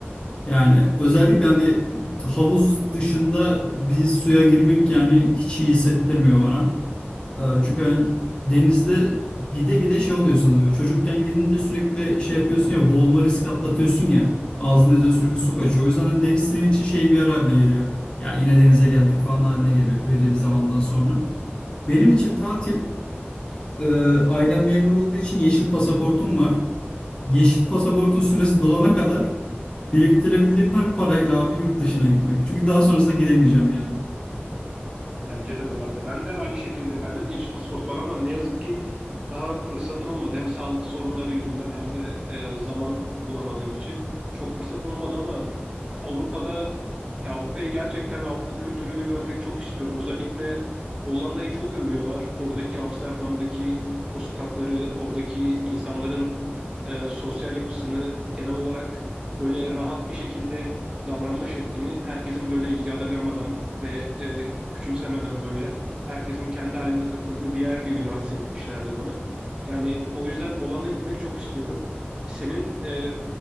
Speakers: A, on the left; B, on the right.
A: Yani özellikle hani havuz dışında bir suya girmek yani hiç iyi hissettirmiyor bana. Ee, Çünkü hani denizde gide gide şey oluyor sana böyle çocukken gidince sürekli şey yapıyorsun ya boğulma riski atlatıyorsun ya ağzına yüzüne sürekli su kaçıyor. O yüzden hani deniz senin için şey bir yer haline geliyor. Ya yine denize geldik falan haline geliyor belirli bir zamandan sonra. Benim için tatil e, ailem memur olduğu için yeşil pasaportum var. Yeşil pasaportun süresi dolana kadar Biriktirebildiğim her parayla abi yurt dışına gitmek. Çünkü daha sonrasında gidemeyeceğim yani.
B: Bence de bu arada. Ben de aynı şekilde bende de yeşil pasaport var ama ne yazık ki daha fırsatım olmadı. Hem sağlık sorunları yüzünden hem de e, zaman bulamadığım için çok fırsatım olmadı ama Avrupa'da Avrupa'ya gerçekten Av- o kültürünü görmek çok istiyorum. Özellikle Hollanda'yı çok övüyorlar. Oradaki Amsterdam'daki o sokakları, oradaki insanların e, sosyal yapısını genel olarak böyle rahat bir şekilde davranma şeklini herkesin böyle yadırgamadan ve e, küçümsemeden böyle herkesin kendi halinde takıldığı bir yer gibi lanse etmişlerdi bana. Yani o yüzden Hollanda'ya gitmek çok istiyorum. Senin e,